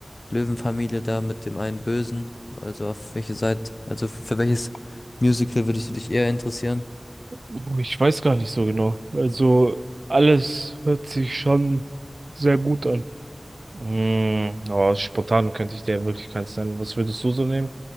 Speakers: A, on the left; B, on the right.
A: Löwenfamilie da mit dem einen Bösen. Also auf welche Seite, also für für welches Musical würdest du dich eher interessieren?
B: Oh, Ich weiß gar nicht so genau. Also alles hört sich schon sehr gut an. Mm, aber spontan könnte ich dir wirklich keins nennen. Was würdest du so nehmen?